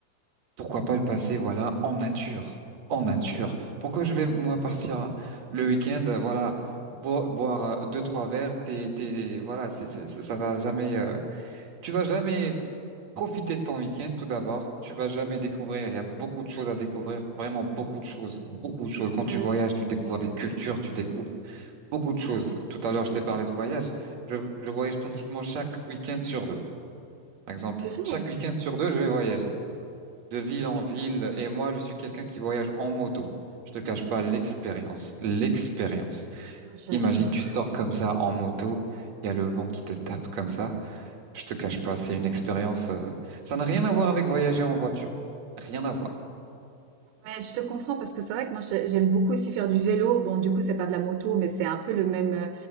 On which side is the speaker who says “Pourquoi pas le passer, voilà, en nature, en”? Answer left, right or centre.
Right